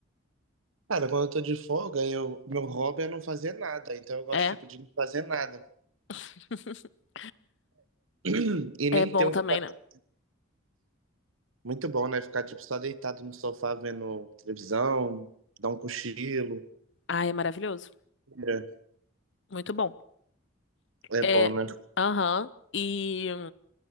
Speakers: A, on the right (about 85°); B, on the left (about 60°).
A: Cara, quando eu tô de folga, eu, meu hobby é não fazer nada, então eu gosto,
B: É.
A: tipo, de não fazer nada.
B: <laughs>
A: <clears throat> E nem
B: É bom
A: ter o
B: também,
A: que fazer.
B: né?
A: Muito bom, né? Ficar, tipo, só deitado no sofá vendo televisão, dar um cochilo.
B: Ai, é maravilhoso.
A: É
B: Muito bom.
A: é
B: É,
A: bom, né?
B: aham. E.